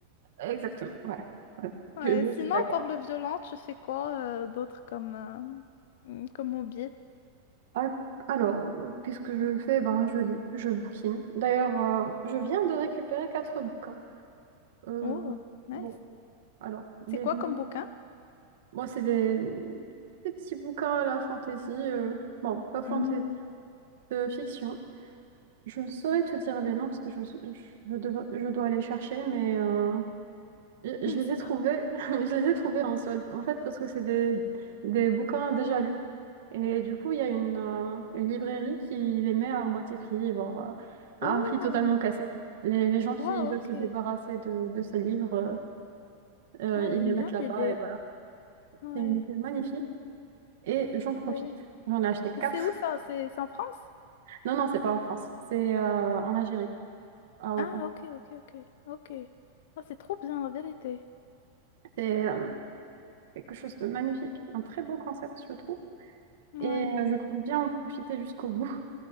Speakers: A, on the right (about 70°); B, on the left (about 70°).
A: exactement, voilà. Voilà.
B: Ouais,
A: Je, je
B: sinon,
A: suis d'accord.
B: par le violent, tu fais quoi euh, d'autre comme, euh, comme hobby?
A: Ah, alors, euh, qu'est-ce que je fais? Ben, je lis, je bouquine. D'ailleurs, euh, je viens de récupérer quatre bouquins. Euh,
B: Oh, nice.
A: bon, alors, les
B: C'est quoi
A: noms,
B: comme bouquin?
A: moi, c'est des, des petits bouquins à la fantaisie. euh, bon, pas fantaisie,
B: Hmm,
A: de fiction. Je ne saurais te dire les noms parce que je, je, devrais- je dois aller chercher, mais euh, Je,
B: <laughs>
A: je les
B: C'est
A: ai trouvés,
B: trop bien.
A: <laughs> je les ai trouvés en solde, en fait, parce que c'est des, des bouquins déjà lus. Et du coup, il y a une, euh, une librairie qui les met à moitié prix, voire euh, à
B: Oh,
A: un prix totalement cassé. Les, les gens qui
B: wow,
A: veulent
B: ok.
A: se débarrasser de, de ces livres, euh, euh,
B: Ah,
A: ils
B: j'aime
A: les mettent
B: bien
A: là-bas
B: l'idée.
A: et voilà.
B: Ouais,
A: C'est une idée magnifique
B: ouais.
A: et j'en profite.
B: ouais.
A: J'en ai acheté quatre.
B: C'est où ça? C'est c'est en France?
A: Non, non, c'est pas en France, c'est euh, en Algérie, à Oran.
B: Ah, ok, ok, ok, ok. Ah, c'est trop bien, la vérité.
A: C'est euh, quelque chose de magnifique, un très beau concept, je trouve.
B: Ouais.
A: Et euh, je compte bien en profiter jusqu'au bout.